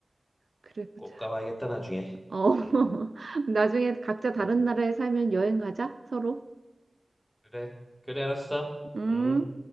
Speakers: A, on the right; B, on the left.
A: 그래 보자.
B: 꼭 가봐야겠다, 나중에.
A: 어, <laughs>
B: 음,
A: 나중에 각자 다른
B: 음.
A: 나라에 살면 여행 가자, 서로.
B: 그래, 그래, 알았어.
A: 음.
B: 음.